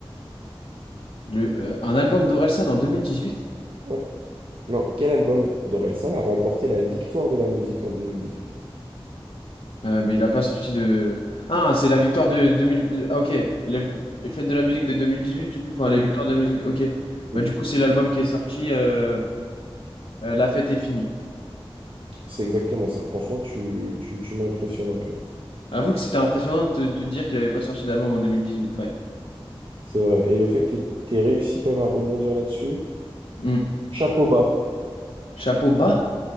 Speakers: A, on the left; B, on the right.
A: Le- euh, un album d'Orelsan en 2018?
B: Ouais. Non, quel album d'Orelsan a remporté la victoire de la musique en deux mille dix-huit
A: Euh, mais il a pas sorti de... Ah, c'est la victoire de 2000... euh, Ah, ok, les, les fêtes de la musique de 2018 du coup, enfin
B: Oui,
A: les victoires de la musique, ok. Bah
B: oui,
A: du coup c'est l'album qui est sorti, euh, euh, La fête est finie.
B: c'est exactement ça. Franchement, tu, tu, tu m'impressionnes un peu.
A: Avoue que c'était impressionnant de te de dire qu'il avait pas sorti d'album en 2018 quand même.
B: C'est vrai. Et le fait que tu t'aies réussi quand même à rebondir là-dessus,
A: Hmm.
B: chapeau bas.
A: Chapeau bas?